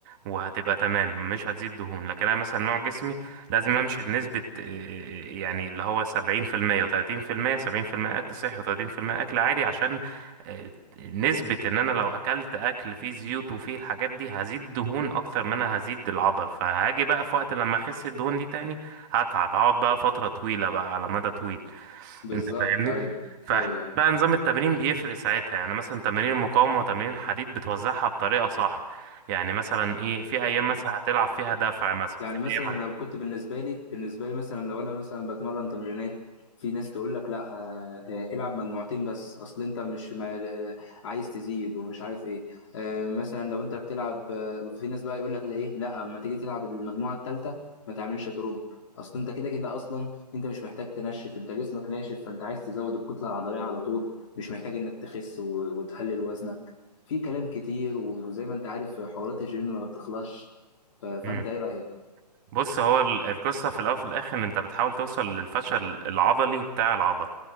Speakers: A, on the right (about 30°); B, on the left (about 45°).
A: وهتبقى تمام مش هتزيد دهون لكن انا مثلا نوع جسمي لازم امشي بنسبه آه، يعني اللي هو 70% و30% 70% اكل صحي و30% اكل عادي عشان آه، نسبه ان انا لو اكلت اكل فيه زيوت وفيه الحاجات دي هزيد دهون اكتر ما انا هزيد العضل فهاجي بقى في وقت لما اخس الدهون دي تاني هتعب هقعد بقى فتره طويله بقى على مدى طويل
B: بالظبط
A: انت فاهمني
B: ايوه
A: فبقى
B: ايوه
A: نظام التمرين بيفرق ساعتها يعني مثلا تمارين المقاومة وتمارين الحديد بتوزعها بطريقة صح يعني مثلا ايه في ايام مثلا هتلعب فيها دفع مثلا
B: يعني
A: في
B: مثلا
A: ايام
B: لو كنت بالنسبه لي بالنسبه لي مثلا لو انا مثلا بتمرن تمرينات في ناس تقول لك لا آه، آه، العب مجموعتين بس اصل انت مش ما آه، عايز تزيد ومش عارف ايه آه، مثلا لو انت بتلعب آه، في ناس بقى يقول لك ايه لا اما تيجي تلعب المجموعه الثالثه ما تعملش دروب اصل انت كده كده اصلا انت مش محتاج تنشف انت جسمك ناشف فانت عايز تزود الكتله العضليه على طول مش محتاج انك تخس و- وتقلل وزنك في كلام كتير وزي ما انت عارف حوارات الجيم ما بتخلصش ف- فانت
A: مم.
B: ايه رايك
A: بص هو ال- القصة في الاول وفي الاخر ان انت بتحاول توصل للفشل العضلي بتاع العضل